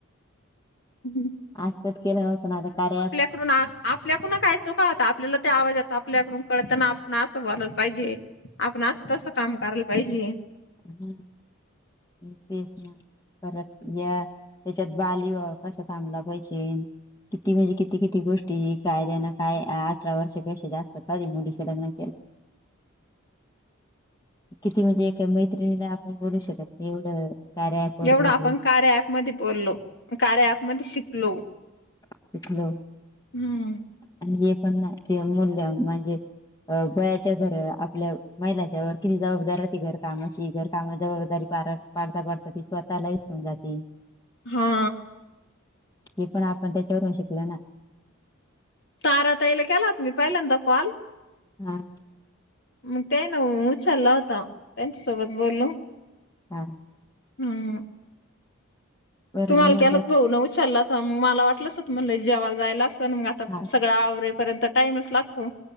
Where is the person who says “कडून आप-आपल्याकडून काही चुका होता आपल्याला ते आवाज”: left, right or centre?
Left